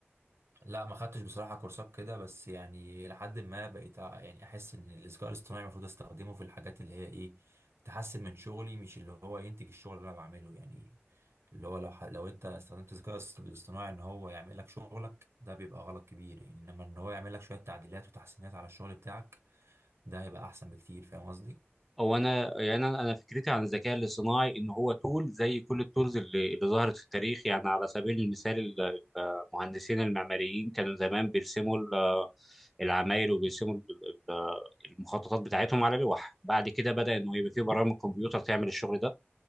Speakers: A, on the right; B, in the centre.
A: لا ما خدتش بصراحة كورسات كده بس يعني لحد ما بقيت أع- يعني احس ان الذكاء الاصطناعي المفروض استخدمه في الحاجات اللي هي ايه تحسن من شغلي مش اللي هو ينتج الشغل اللي انا بعمله يعني اللي هو لو ح... لو انت استخدمت الذكاء الاصط- الاصطناعي ان هو يعمل لك شغلك ده بيبقى غلط كبير يعني انما ان هو يعمل لك شوية تعديلات وتحسينات على الشغل بتاعك ده هيبقى احسن بكتير فاهم قصدي؟
B: او انا يعني انا أنا فكرتي عن الذكاء الاصطناعي ان هو تول زي كل التولز اللي, اللي ظهرت في التاريخ يعني على سبيل المثال ال- المهندسين المعماريين كانوا زمان بيرسموا ال- العماير وبيرسموا ال- ال- المخططات بتاعتهم على لوح بعد كده بدأ انه يبقى في برامج كمبيوتر تعمل الشغل ده